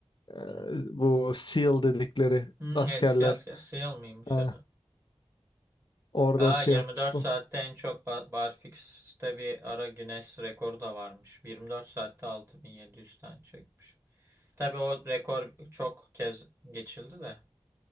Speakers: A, on the left; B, on the right.
A: e,
B: Hı hı.
A: bu SEAL dedikleri
B: Hmm,
A: askerler
B: eski asker. SEAL mıymış?
A: e,
B: <laughs>
A: orada
B: Aa,
A: şey
B: 24
A: yapmış falan.
B: saatte en çok Ba- Barfix'te bir ara Guinness rekoru da varmış. 24 saatte 6700 tane çekmiş. Tabii o rekor çok kez geçildi de.